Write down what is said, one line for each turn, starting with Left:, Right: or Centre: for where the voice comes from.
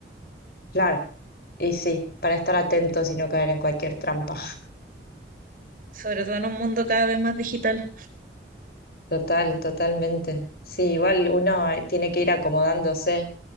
Left: Claro, y sí, para estar atentos y no caer en cualquier trampa.
Right: sobre todo en un mundo cada vez más digital.
Left: Total, totalmente. Sí, igual uno eh, tiene que ir acomodándose.